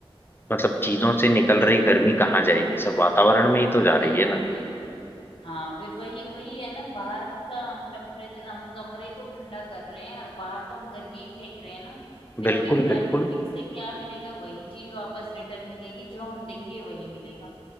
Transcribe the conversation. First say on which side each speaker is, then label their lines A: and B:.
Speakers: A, on the left; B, on the left.
A: मतलब चीजों से निकल रही
B: हम्म,
A: गर्मी कहाँ जाएगी सब वातावरण में ही तो जा रही
B: बिल्कुल
A: है ना
B: बिल्कुल हाँ फिर वही वही है ना बाहर का हम टेम्परेचर हम कमरे को ठंडा कर रहे हैं और बाहर तो हम गर्मी ही फेंक रहे हैं ना फिर
A: बिल्कुल
B: हमें प्राकृतिक
A: बिल्कुल
B: से क्या मिलेगा वही चीज वापस रिटर्न मिलेगी जो हम देंगे वही मिलेगा